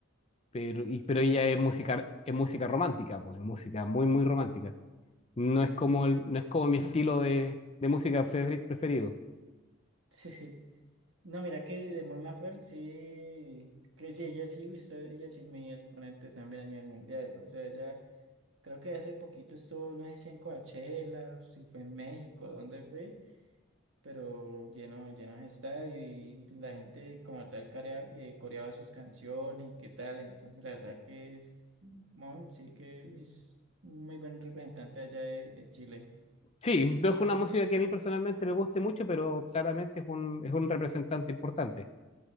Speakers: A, on the left (about 30°); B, on the right (about 65°).
A: pero, y- pero ella
B: sí,
A: es
B: es
A: música,
B: verdad.
A: es música romántica, pues, es música muy, muy romántica. No es como, el, no es como mi estilo de, de música pre- preferido.
B: <laughs> No, mira que de Mon Laferte sí, que sí, ella sí, usted, ella sí es mi exponente también a nivel mundial. O sea, ella creo que hace poquito estuvo, no sé si en Coachella, si fue en México, dónde fue, pero lleno, lleno de estadio y la gente como tal carea- eh, coreaba sus canciones y qué tal. Entonces, la verdad que es Mon, sí que uy, es un muy buen representante allá de, de Chile.
A: Sí, no es una música que a mí personalmente me guste mucho, pero claramente es un, es un representante importante.